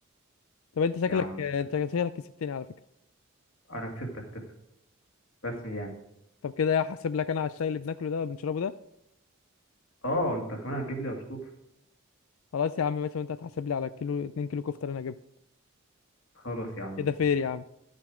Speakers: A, on the left; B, on the left.
A: طب انت شكلك
B: يا عم
A: انت شكلك كسبتني على فكره
B: انا كسبتك كده رسمي يعني
A: طب كده يا هحاسب لك انا على الشاي اللي بناكله ده وبنشربه ده
B: اه انت كمان هتجيب لي اشطوط
A: خلاص يا عم ماشي وانت هتحاسب لي على كيلو 2 كيلو كفته اللي انا هجيبها
B: خلاص يا عم مش
A: كده فير
B: متفقين
A: يا عم